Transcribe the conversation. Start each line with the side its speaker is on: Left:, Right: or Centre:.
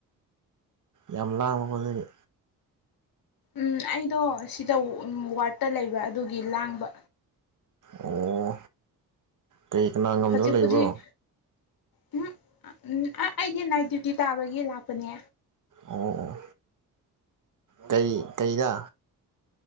Right: ꯌꯥꯝ ꯂꯥꯡꯃ ꯃꯗꯨꯒꯤ
Left: ꯎꯝ ꯑꯩꯗꯣ ꯁꯤꯗ ꯎꯝ ꯋꯥꯔꯠꯇ ꯂꯩꯕ ꯑꯗꯨꯒꯤ ꯂꯥꯡꯕ
Right: ꯑꯣ ꯀꯔꯤ ꯀꯅꯥ ꯉꯝꯗꯕ
Left: ꯍꯧꯖꯤꯛꯄꯨꯗꯤ
Right: ꯂꯩꯕ꯭ꯔꯣ
Left: ꯎꯝ ꯎꯝ ꯑ ꯑꯩꯗꯤ ꯅꯥꯏꯠ ꯗ꯭ꯌꯨꯇꯤ ꯇꯥꯕꯒꯤ ꯂꯥꯛꯄꯅꯦ
Right: ꯑꯣ ꯑꯣ ꯀꯩ ꯀꯩꯗ